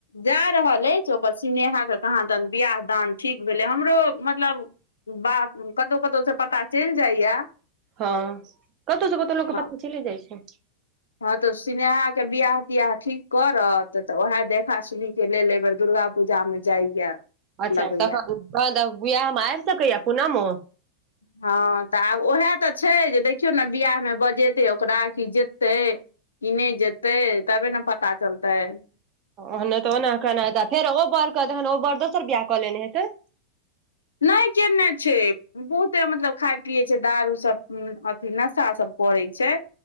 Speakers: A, on the left; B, on the right.
A: जा रहल अछि ओ पर स्नेहा के कहाँ दन बियाह दान ठीक भेलै हमरो मतलब बात कतौ कतौ से पता चलि जाइया
B: हँ कतौ स कतौ लोक क
A: हँ
B: पता चलि जाइ छै
A: हँ तऽ स्नेहा के बियाह तियाह ठीक करत तऽ उएह देखा सुनी के लेल एहिबेर दुर्गा पूजा मे जाइया
B: अच्छा
A: लगैया
B: तखन तन तऽ बियाह में आबि सकैया पुनमो
A: हँ तऽ आब उएह तऽ छै जे देखियौ ने बिआह मे बजेतै ओकरा कि जे तै कि नै जेतै तबे न पता चलतै
B: ओहने तऽ ओना कहना हेतै फेर ओ बर कन ओ बर दोसर बियाह कऽ लेने हेतै
A: नै केने छै बहुते मतलब खाय पियए छै दारू सब अथी नशा सब करै छै